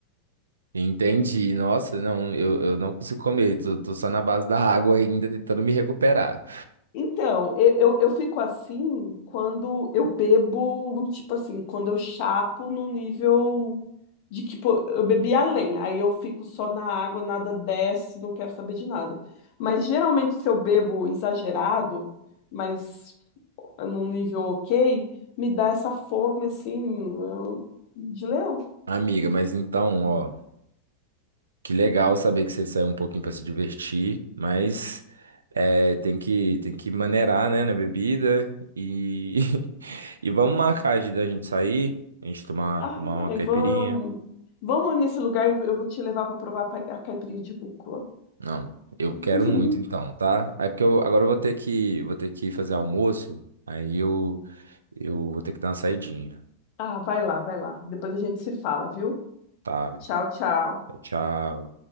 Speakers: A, on the right (about 70°); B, on the left (about 45°).
A: Entendi. Nossa, não, eu, eu não consigo comer, tô, tô só na base da água ainda, tentando me recuperar.
B: Então, eu, eu, eu fico assim quando eu bebo, tipo assim, quando eu chapo no nível de que pô, eu bebi além, aí eu fico só na água, nada desce, não quero saber de nada. Mas geralmente se eu bebo exagerado, mas num nível ok, me dá essa fome assim eu- de leão.
A: Amiga, mas então, ó, que legal saber que você saiu um pouquinho pra se divertir, mas é, tem que, tem que maneirar, né, na bebida e, <laughs> e vamos marcar de da gente sair, a gente tomar,
B: Ah,
A: tomar uma caipirinha.
B: vamos, vamos nesse lugar, eu vou te levar para provar pa- a caipirinha de rúcula.
A: Não, eu
B: <laughs>
A: quero muito então, tá? É porque eu agora eu vou ter que vou ter que fazer almoço, aí eu eu vou ter que dar uma saidinha,
B: Ah, vai lá, vai lá. Depois a gente se fala, viu?
A: tá?
B: Tchau, tchau.
A: Tchau.